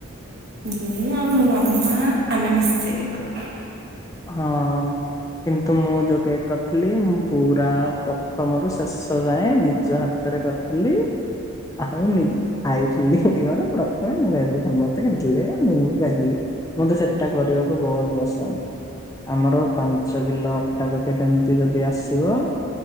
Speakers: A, on the right (about 50°); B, on the left (about 15°).
A: ମୁଁ ଆଉ ମୋ ମାମା ଆମେ ମିଶିକି କଲୁ।
B: ହଁ। କିନ୍ତୁ ମୁଁ ଯୋଉ କେକ୍ କରିଥିଲି ମୁଁ ପୁରା ପ୍ରଥମରୁ ଶେଷ ଯାଏ ନିଜ ହାତ ଥରେ କରିଥିଲି ଆଉ ନି - ଖାଇଥିଲି ଇଏ କଣ ପ୍ରଥମେ ମୁଁ ଖାଇଥିଲିି ସମସ୍ତେ ଖାଇଥିଲେ ଆଉ ମୁଁ ବି ଖାଇଥିଲି। ମତେ ସେଟା କରିବାକୁ ବହୁତ ପସନ୍ଦ। ଆମର ପାଞ୍ଚ କିଲୋ ଅଟା ପ୍ୟାକେଟ ଏମିତି ଯଦି ଆସିବ